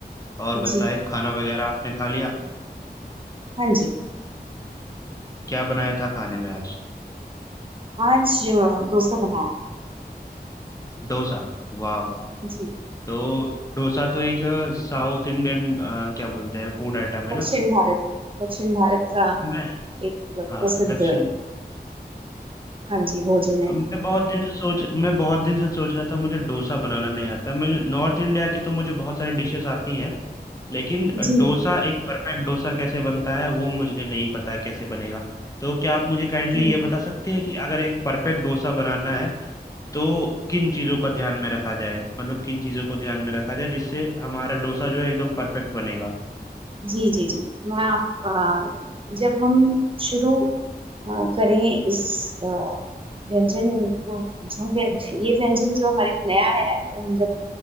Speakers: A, on the left (about 20°); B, on the right (about 30°).
A: और
B: हैं
A: बताएं
B: जी
A: खाना वगैरह आपने खा लिया
B: हाँ जी
A: क्या बनाया था खाने में आज
B: आज अ, डोसा बनाया
A: डोसा वाह
B: जी
A: तो डोसा तो एक अ, साउथ इंडियन अ, क्या बोलते हैं फूड आइटम है
B: दक्षिण
A: ना
B: भारत दक्षिण भारत का
A: मैं
B: एक प्रसिद्ध
A: हाँ दक्षिण
B: हाँ जी भोजन है
A: मैं बहुत दिन से सोच मैं बहुत दिन से सोच रहा था मुझे डोसा बनाना नहीं आता मुझे नॉर्थ इंडिया की तो मुझे बहुत सारी डिशेस आती हैं लेकिन
B: जी
A: डोसा एक परफेक्ट डोसा कैसे बनता है वो मुझे नहीं पता है कैसे बनेगा तो क्या आप मुझे काइंडली
B: जी
A: ये बता सकते हैं कि अगर एक परफेक्ट डोसा बनाना है तो किन चीज़ों का ध्यान में रखा जाए मतलब किन चीज़ों को ध्यान में रखा जाए जिससे हमारा डोसा जो है एकदम परफेक्ट बनेगा
B: जी जी जी मैं आप अ, जब हम शुरू अ, करें इस अ, व्यंजन को जो व्यंजन ये व्यंजन जो हमारे लिए नया है तो हम जब